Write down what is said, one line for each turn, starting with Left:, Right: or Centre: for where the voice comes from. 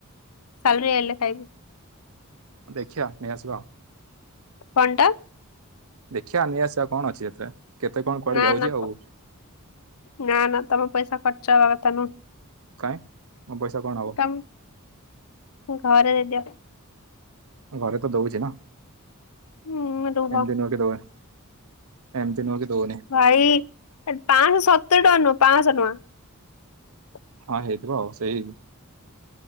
Left: ସାଲେରୀ ଆଇଲେ ଖାଇବି।
Right: ଦେଖିବା ନେଇ ଆସିବା।
Left: କଣ ଟା?
Right: ଦେଖିବା ନେଇଆସିବା କଣ ଅଛି ଏଥିରେ? କେତେ କଣ କୁଆଡେ
Left: ନା
Right: ଯାଉଛି
Left: ନା
Right: ଆଉ
Left: ନା ନା ତମେ ପଇସା ଖର୍ଚ୍ଚ ହେବା କଥା ନୁହଁ।
Right: କାଇଁ ମୋ ପଇସା କଣ ହବ
Left: ତମ ଘରେ ଦେଇଦିଅ।
Right: ଘରେ ତ ଦଉଛି ନା
Left: ହୁଁ ରୁହ
Right: ଏମତି ନୁହେଁକି ଦଉନି। ଏମିତି ନୁହେଁ କି ଦଉନି
Left: ଭାଇ ପାଞ୍ଚଶହ ସତୁରି ଟଙ୍କା ନୁହଁ ପାଞ୍ଚଶହ ଟଙ୍କା।
Right: ହଁ ହେଇଥିବ ଆଉ ସେଇ